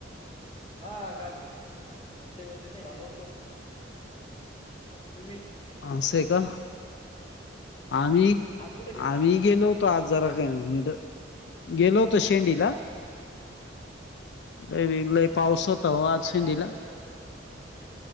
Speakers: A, on the left; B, on the left.
A: हा गाडीती नाही चालू होतो तुम्ही
B: अ स का आम्ही
A: आज कुठे गेलते
B: आम्ही
A: म्हटलं
B: गेलो होतो आज जरा काय म गेलो होत शेंडीला ए ब पाऊसत त आज
A: काय
B: शेंंदला
A: बाजार करायला